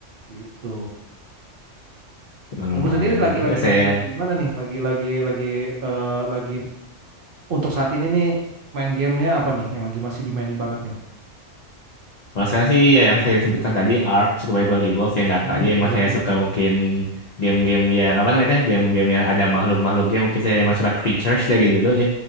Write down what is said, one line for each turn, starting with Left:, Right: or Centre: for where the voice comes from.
Right: gitu.
Left: Emang
Right: Kamu
Left: lumayan
Right: sendiri lagi
Left: sih. Terus
Right: lagi
Left: saya
Right: lagi lagi gimana nih? Lagi lagi lagi eh lagi untuk saat ini nih main gamenya apa nih yang lagi masih dimainin banget nih?
Left: Kalau saya sih ya yang saya sebutkan tadi Ark, Survival Evolved yang nggak
Right: Hmm,
Left: tahu aja emang
Right: selain
Left: saya
Right: itu.
Left: suka mungkin game-game yang apa namanya teh? game-game yang ada makhluk-makhluknya mungkin saya emang suka creatures dari dulu ya.